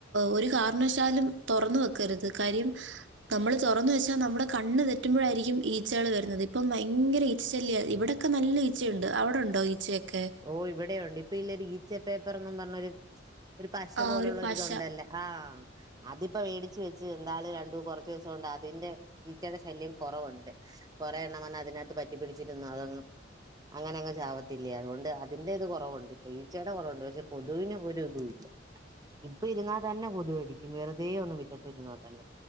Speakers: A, on the right; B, on the right.
A: ഒരു കാരണവശാലും തുറന്ന് വെക്കരുത് കാര്യം നമ്മൾ തുറന്ന് വെച്ചാ നമ്മുടെ കണ്ണ് തെ റ്റുമ്പോഴായിരിക്കും ഈച്ചകൾ വരുന്നത് ഇപ്പം ഭയങ്കര ഈച്ച ശല്യമാണ് ഇവിടൊക്കെ നല്ല ഈച്ചയുണ്ട് അവിടെ ഉണ്ടോ ഈച്ചയൊക്കെ
B: ഓഹ് ഇവിടെയുണ്ട് ഇപ്പൊ ഇല്ല ഒരു ഈച്ച പേപ്പർന്നും പറഞ്ഞ ഒരു ഒരു പശ
A: ആ
B: പോലുള്ള
A: ഒരു പശ
B: ഒരിതുണ്ടല്ലോ ആഹ് അതിപ്പോ മേടിച്ച് വെച്ച് എന്താലും രണ്ടു കൊറച്ച് ദിവസം കൊണ്ട് അതിന്റെ ഈച്ചയുടെ ശല്യം കുറവുണ്ട് കൊറെ എണ്ണം വന്ന് അതിനകത്ത് പറ്റിപിടിച്ചിരുന്നു അതൊന്നും അങ്ങനെ അങ്ങ് ചാവത്തില്ലെ അതുകൊണ്ട് അതിന്റെ ഇത് കുറവുണ്ട് ഇപ്പൊ ഈച്ചേടെ കുറവുണ്ട് പക്ഷെ കൊതുവിന് ഒരു ഇതും ഇല്ല ഇപ്പൊ ഇരുന്നാൽ തന്നെ കൊതു കടിക്കും വെറുതെ ഒന്നും മിറ്റത്ത് ഇരുന്നാൽ തന്നെ